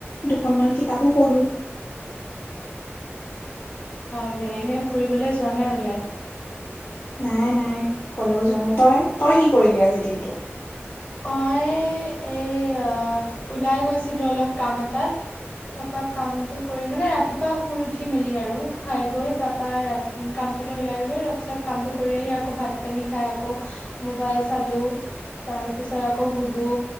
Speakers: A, on the left; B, on the left.
A: দুখনমান কিতাপো পঢ়ো।
B: ভাল, এনেই ফুৰিবলৈ যোৱা নাই ওলাই?
A: নাই নাই কলেও জোৱা নাই তই তই কি কৰিলি আজি দিনটো?
B: অ' এই ওলাই গৈছিলো অলপ কাম এটাত তাৰপা কামটো কৰি মানে ৰাতিপুৱা শুই উঠি মেলি আৰু খাই বৈ তাৰ পা ৰা উ কামটোলৈ ওলাই গ'লো, তাৰ পিছত কামটো কৰি আহি আকৌ ভাত পানী খাই আকৌ মোবাইল চালো, তাৰ তাৰ পিছত আকৌ শুলো,